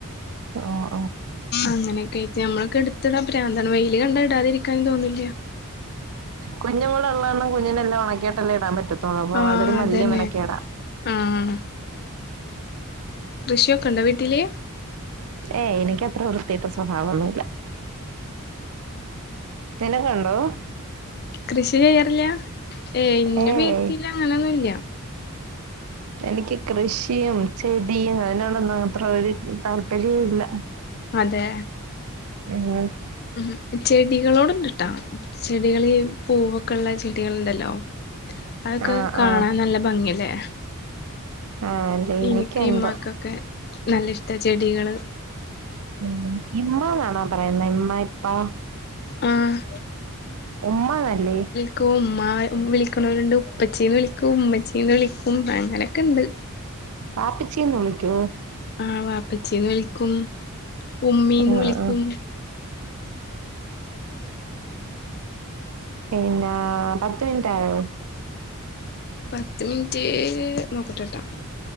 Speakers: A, on the right; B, on the left.
A: ഓഹ്
B: അങ്ങനെയൊക്കെ ആയിട്ട് നമ്മളൊക്കെ എടുത്തിടാൻ പ്രാന്ത് ആണ്, വെയില് കണ്ട ഇടാതിരിക്കാനും തോന്നില്ല.
A: കുഞ്ഞു കൂടെ ഒള്ള കാരണം കുഞ്ഞിന്റെ എല്ലാം ഉണക്കിയിട്ടല്ലേ ഇടാൻ പറ്റൊ ത്തൊള്ളൂ അപ്പ
B: ആഹ്
A: അതൊരു വല്യ
B: അതന്നെ
A: മേനക്കേടാ.
B: ആഹ് കൃഷിയൊക്കെ ഒണ്ടോ വീട്ടില്?
A: ഏയ് എനിക്കത്ര വൃത്തിക്കെട്ട സ്വഭാവോന്നു നിനക്ക്‌ ഒണ്ടോ?
B: കൃഷി ചെയ്യാറില്ല, ഏ ഇന്റെ
A: ഏയ്
B: വീട്ടില് അങ്ങനൊന്നുല്ല.
A: എനിക്ക് കൃഷിയും ചെടിയും അതിനോടൊന്നും അത്ര ഒരു താല്പര്യവും ഇല്ല.
B: അതെ.
A: പിന്നെ
B: മ് ചെടികളോട് ഉണ്ട്ട്ടോ, ചെടികള് പൂവൊക്കെ ഇള്ള ചെടികൾ ഇണ്ടല്ലോ അതൊക്കെ
A: ആഹ്
B: കാണാൻ
A: ആഹ്
B: നല്ല ഭംഗിയല്ലേ.
A: ആഹ് അല്ലെ
B: എനിക്ക്
A: എനിക്കെന്തോ
B: ഇമ്മാക്കൊക്കെ നല്ല ഇഷ്ട ചെടികള്.
A: മ് ഇമ്മ എന്നാണോ പറയുന്നെ <unintelligible> ആഹ്
B: ആഹ്
A: ഉമ്മാന്ന് അല്ലേ?
B: ക്ക്‌ ഉമ്മാ വിളിക്കണവരുണ്ട്, ഉപ്പച്ചീന്ന് വിളിക്കും, ഉമ്മച്ചീന്ന് വിളിക്കും, അങ്ങനെക്കെ ഇണ്ട്.
A: വാപ്പിച്ചിന്ന് വിളിക്കോ?
B: ആഹ് വാപ്പിച്ചീന്ന് വിളിക്കും. ഉമ്മീന്ന്
A: ആഹ്
B: വിളിക്കും
A: ആഹ് പിന്നെ പത്ത് മിനിറ്റ് ആയോ?
B: പത്ത് മിനിറ്റ് നോക്കട്ടെട്ടോ.